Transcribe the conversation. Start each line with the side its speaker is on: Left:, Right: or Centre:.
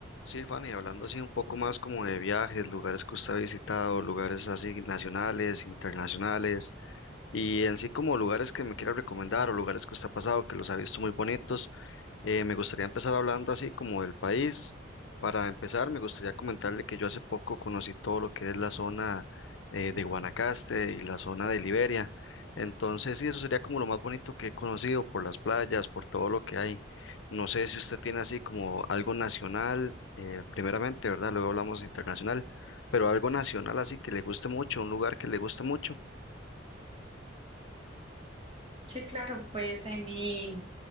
Left: Sí, Fanny, hablando así un poco más como de viajes, lugares que usted ha visitado, lugares así nacionales, internacionales, y en sí como lugares que me quiera recomendar o lugares que usted ha pasado que los ha visto muy bonitos. Eh, me gustaría empezar hablando así como del país. Para empezar, me gustaría comentarle que yo hace poco conocí todo lo que es la zona eh, de Guanacaste y la zona de Liberia. Entonces, sí, eso sería como lo más bonito que he conocido por las playas, por todo lo que hay. No sé si usted tiene así como algo nacional, eh, primeramente, ¿verdad? Luego hablamos internacional, pero algo nacional así que le guste mucho, un lugar que le guste mucho.
Right: Sí, claro, pues en mi,